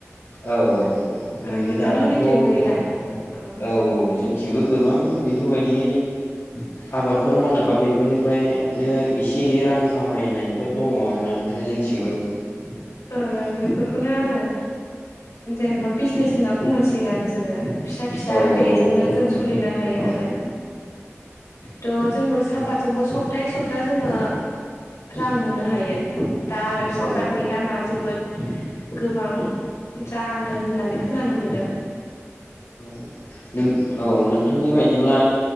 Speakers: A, on the left; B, on the left.
A: औ औ औ
B: ओं
A: नुयो
B: नोंथांमोननिथिं
A: दानाथ' औ
B: नुयो दा ओं
A: औ जोंथिंबो गोबां बेफोरबायदि
B: <inaudible>
A: आबादफोर मावनायबा बेफोरनिफ्रायनो एसे एनै रां खामायनायफोर दङ आरोना नोंथां जोंथिंबो
B: ओं ओं बेफोरखौनो आङो जेनेबा बिजनेस होनना बुंनांसिगोन आरो जोङो फिसा फिसा
A: औ
B: बेजोंनो
A: औ नंगौ
B: जों
A: नोंथां
B: सोलिनो हायो
A: औ
B: नालाय थ' जोङो सापातजोंबो सप्तायै सप्ता जोङो रां मोननो हायो दा आरो सापातनि
A: औ
B: दामा जोबोद गोबां जादों होननानै खोनानो मोन्दों
A: औ न
B: उम
A: औ नोंथांनि बायदिब्ला